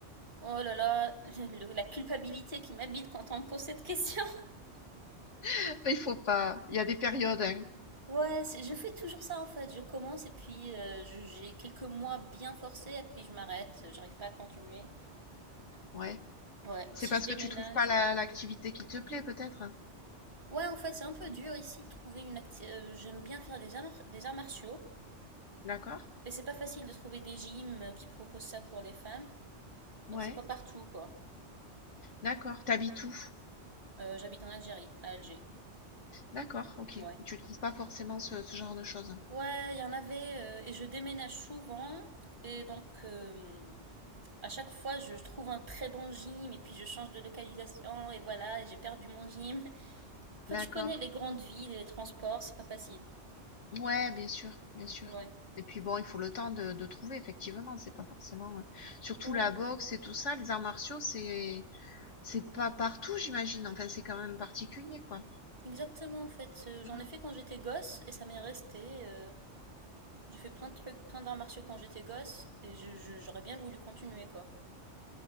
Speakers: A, on the right; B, on the left.
A: Oh là là, <laughs> le- le- la culpabilité qui m'habite quand on me pose cette question.
B: <laughs> Il faut pas. Il y a des périodes, hein.
A: Ouais, c'est- je fais toujours ça en fait. Je commence et puis euh, je- j'ai quelques mois bien forcés et puis je m'arrête. Euh, J'arrive pas à continuer.
B: Ouais.
A: Ouais,
B: C'est
A: si
B: parce
A: je déménage.
B: que tu trouves pas la-
A: euh.
B: l'activité qui te plaît, peut-être?
A: Ouais, en fait, c'est un peu dur ici de trouver une acti- euh, J'aime bien faire des arts, des arts martiaux.
B: D'accord?
A: Et c'est pas facile de trouver des gyms euh, qui proposent ça pour les femmes.
B: Ouais.
A: Donc c'est pas partout quoi.
B: D'accord. T'habites où?
A: Euh, j'habite en Algérie, à Alger.
B: D'accord, ok.
A: Ouais.
B: Tu trouves pas forcément ce, ce genre de choses.
A: Ouais, il y en avait euh, et je déménage souvent. Et donc, euh, à chaque fois, je trouve un très bon gym et puis je change de localisation et voilà, et j'ai perdu mon gym. Enfin,
B: D'accord.
A: tu connais les grandes villes et les transports, c'est pas facile.
B: Ouais, bien sûr, bien sûr.
A: Ouais.
B: Et puis bon, il faut le temps de, de trouver, effectivement. C'est pas forcément. Surtout
A: Ouais.
B: la boxe et tout ça, les arts martiaux, c'est c'est pas partout, j'imagine. Enfin, c'est quand même particulier, quoi.
A: Exactement, en fait. Euh, J'en
B: Mm.
A: ai fait quand j'étais gosse et ça m'est resté. euh, J'ai fait plein de trucs, plein d'arts martiaux quand j'étais gosse et je- je- j'aurais bien voulu continuer, quoi.